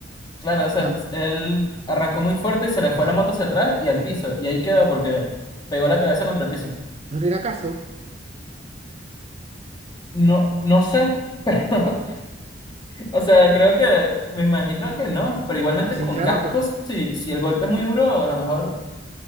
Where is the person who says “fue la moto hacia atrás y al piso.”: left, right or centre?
Left